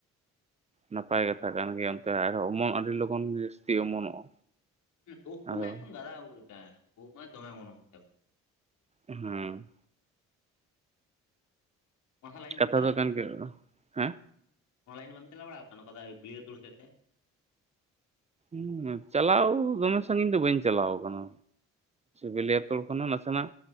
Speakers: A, on the right; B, on the left.
A: ᱱᱟᱯᱟᱭ ᱠᱟᱛᱷᱟ ᱠᱟᱱ ᱜᱮᱭᱟ ᱚᱱᱛᱮ ᱟᱨᱦᱚᱸ ᱚᱢᱚᱱ ᱟᱹᱰᱤ ᱞᱚᱜᱚᱱ ᱡᱟᱹᱥᱛᱤ ᱚᱢᱚᱱᱚᱜᱼᱟ᱾
B: ᱦ ᱳᱜ ᱠᱚ
A: ᱟᱫᱚ
B: ᱢᱟ ᱮᱠᱫᱚᱢ ᱜᱟᱫᱟ ᱳᱜ ᱞᱮᱠᱟ ᱳᱜ ᱢᱟ ᱫᱚᱢᱮ ᱚᱢᱚᱱᱚᱜ ᱜᱮᱭᱟ᱾
A: ᱦᱮᱸ
B: ᱚᱱᱟ ᱞᱟᱭᱤᱱ
A: ᱠᱟᱛᱷᱟ
B: ᱵᱟᱢ
A: ᱫᱚᱠᱟᱱ ᱜᱮ ᱦᱮᱸ,
B: ᱚᱞᱟᱭᱤᱱ ᱵᱟᱢ ᱪᱟᱞᱟᱣ ᱵᱟᱲᱟᱣ ᱟᱠᱟᱱᱟ ᱠᱟᱱᱟ ᱵᱤᱞᱭᱟᱹᱛᱳᱲ ᱥᱮᱫ ᱛᱮ?
A: ᱩᱸ ᱪᱟᱞᱟᱣ ᱫᱚᱢᱮ ᱥᱟᱜᱤᱧ ᱫᱚ ᱵᱟᱹᱧ ᱪᱟᱞᱟᱣ ᱟᱠᱟᱱᱟ᱾ ᱵᱤᱞᱭᱟᱹᱛᱳᱲ ᱠᱷᱚᱱᱟᱜ ᱱᱟᱥᱮᱱᱟᱜ